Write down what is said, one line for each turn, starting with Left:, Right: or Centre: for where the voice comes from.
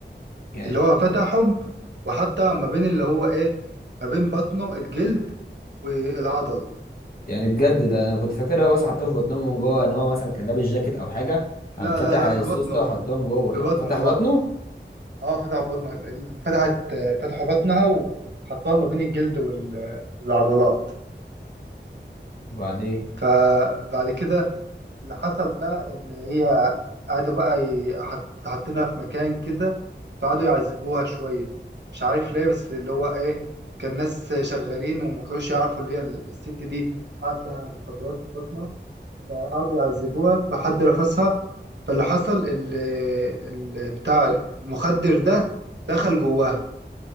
Left: يعني
Right: اللي هو فتحهم وحطها ما بين اللي هو ايه ما بين بطنه الجلد والعضل
Left: يعني بجد ده أنا كنت فاكرها بس حطيته في بطنهم من جوه إن هو مثلا كان لابس جاكيت أو حاجة
Right: لا
Left: قام فتح
Right: لا لا
Left: السوس
Right: في بطنه
Left: ده وحطهم
Right: في
Left: جوه
Right: في
Left: ده
Right: بطنه
Left: فتح
Right: لا
Left: بطنه
Right: اه فتح بطنه ال- ال- فتحت آه، فتحوا بطنها وحطوها ما بين الجلد وال- والعضلات
Left: وبعدين
Right: فبعد كده اللي حصل بقى ان هي قعدوا بقى ي- حط- حاطينها في مكان كده فقعدوا يعذبوها شويه مش عارف ليه بس اللي هو ايه كان ناس شغالين وما كانوش يعرفوا اللي هي الست دي عندها مخدرات في بطنها فقعدوا يعذبوها فحد رفسها فاللي حصل ال ال- بتاع المخدر ده دخل جواها